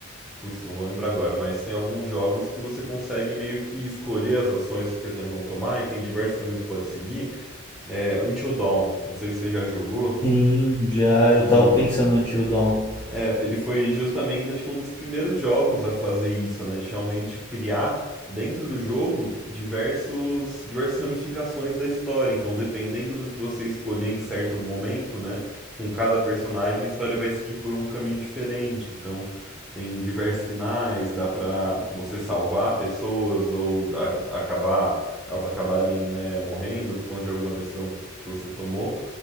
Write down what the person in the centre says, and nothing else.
Putz, não vou lembrar agora, mas tem alguns jogos que você consegue meio que escolher as ações que os personagens vão tomar e tem diversos caminhos que pode seguir. É, Until Dawn, não sei se você já jogou,
que
É, ele foi justamente, acho que um dos primeiros jogos a fazer isso, né? De realmente criar dentro do jogo diversos, diversas ramificações da história. Então, dependendo do que você escolher em certo momento, né? Com cada personagem, a história vai seguir por um caminho diferente. Então, tem diversos finais, dá pra você salvar pessoas ou a- acabar, elas acabarem, né, morrendo por conta de alguma decisão que você tomou.